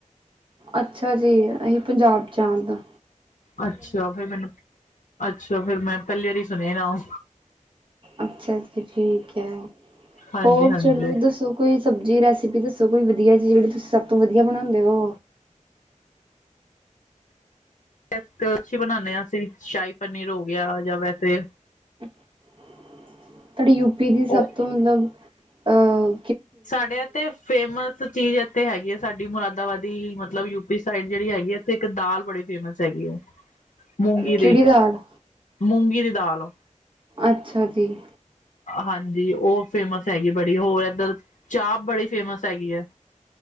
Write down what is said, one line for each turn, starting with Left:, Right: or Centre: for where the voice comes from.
Right: ਅੱਛਾ ਜੀ, ਅਸੀਂ ਪੰਜਾਬ ਚ ਹਾਂ ਇਧਰ
Left: ਅੱਛਾ ਫਿਰ ਮੈਨੂੰ, ਅੱਛਾ ਫਿਰ ਮੈਂ ਪਹਿਲੀ ਵਾਰੀ ਸੁਣਿਆ ਨਾਂਮ
Right: ਅੱਛਾ ਠੀਕ ਹੈ
Left: ਹਾਂਜੀ
Right: ਹੋਰ
Left: ਹਾਂਜੀ।
Right: ਚਲੋ ਦੱਸੋ ਦੱਸੋ ਕੋਈ ਸਬਜ਼ੀ ਰੈਸਪੀ ਦੱਸੋ ਕੋਈ ਵਧੀਆ ਚੀਜ਼ ਜਿਹੜੀ ਤੁਸੀਂ ਸਭ ਤੋਂ ਵਧੀਆ ਬਣਾਉਂਦੇ ਹੋ
Left: ਅੱਛੀ ਬਣਾਉਂਦੇ ਹਾਂ ਅਸੀਂ ਸ਼ਾਹੀ ਪਨੀਰ ਹੋ ਗਿਆ ਜਾਂ ਵੈਸੇ
Right: ਤੁਹਾਡੀੇ ਯੂਪੀ ਦੀ ਸਭ
Left: ਉਹ
Right: ਤੋਂ ਮੱਤਲਬ ਅਹ
Left: ਸਾਡੇ ਇਥੇ ਫੇਮਸ ਚੀਜ਼ ਇੱਥੇ ਹੈਗੀ ਹੈ, ਸਾਡੀ ਮੁਰਾਦਾਬਾਦੀ ਮੱਤਲਬ ਯੂਪੀ ਸਾਈਡ ਜਿਹੜੀ ਹੈਗੀ ਹੈ। ਤੇ ਇੱਕ ਦਾਲ, ਬੜੀ ਫੇਮਸ ਹੈਗੀ ਆ। ਮੂੰਗੀ
Right: ਕਿਹੜੀ
Left: ਦੀ,
Right: ਦਾਲ?
Left: ਮੂੰਗੀ ਦੀ ਦਾਲ।
Right: ਅੱਛਾ ਜੀ।
Left: ਹਾਂਜੀ, ਉਹ ਫੇਮਂਸ ਹੈਗੀ ਬੜੀ। ਹੋਰ ਇੱਧਰ ਚਾਪ ਬੜੀ ਫੇਮਂਸ ਹੈਗੀ ਹੈ।